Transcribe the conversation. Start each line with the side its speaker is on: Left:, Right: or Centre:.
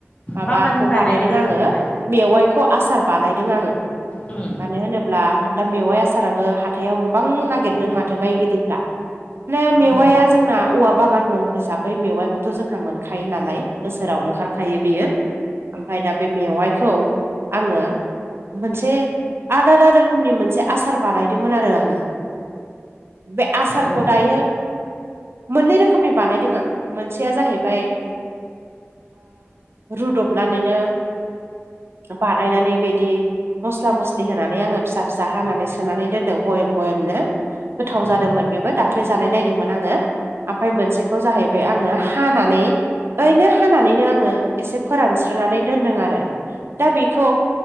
Right: माबाखौ
Left: मा मानि
Right: बानायदों
Left: आसारखौलाय
Right: आङोव मेवाइखौ आसार बानायदों आङो
Left: उम
Right: मानो होनोब्ला दा मेवाइ आसाराबो हाथथायाव गोबां नागिरदों माथो बायगिरिफ्रा। मे-मेवाया
Left: नंगौ
Right: जोंना औवा बागान दं हिसाबै मेवाइखौथ' जोंहा मोनखायो नालाय बोसोराव ओंखारखायो बियो। ओमफ्राय दा बे मेवाइखौ आङो मोनसे आलादा रो खनि मोनसे आसार बानायदोंमोन आरो आङो। बे आसारखौ
Left: औ
Right: दायो मोननै रोखोमनि बानायदों आं मोनसेया जाहैबाय - रुदबनानैनो बानायनानै बिदि मस्ला मस्लि होनानै आङो। फिसा फिसा हानानै सोनानै दोनदों बयेम बयेमनो। गोथाव
Left: उम
Right: जादोंमोन बेबो दाख्लै जानाय नायदोंमोन आङो। ओमफाय मोनसेखौ जाहैबाय आङो हानानै ओरैनो हानानैनो आङो एसे फोरानस्रानै दोनदों आरो। दा बेखौ